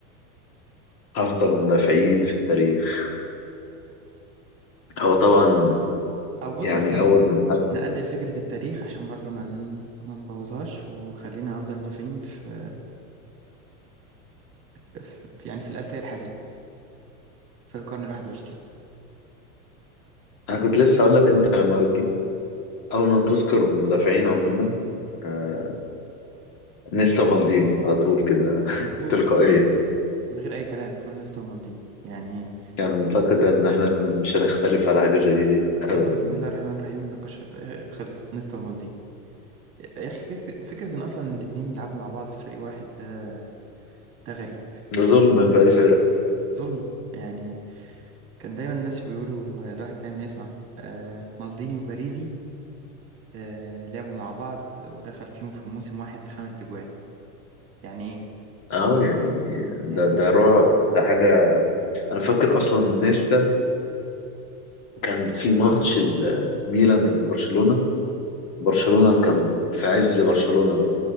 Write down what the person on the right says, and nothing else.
او بص
أنا
نقلل فكرة التاريخ عشان برضو ما من... نبوظهاش وخلينا افضل مدافعين في ف- ف- يعني في الألفية الحالية في القرن الواحد وعشرين
مظبوط
من غير أي كلام تقول نيستا ومالديني يعني إيه؟
يلا
بسم الله الرحمن الرحيم النقاش خط- خلص نيستا ومالديني يا أخي فك- فكرة إن أصلا الاتنين يلعبوا مع بعض في فريق واحد ده ده غريب
ظلم يعني كان دايما الناس بيقولوا الواحد دايما يسمع آه، مالديني وباريزي آه، لعبوا مع بعض ودخل فيهم في موسم واحد خمس تجوان يعني إيه
يعني
إيه؟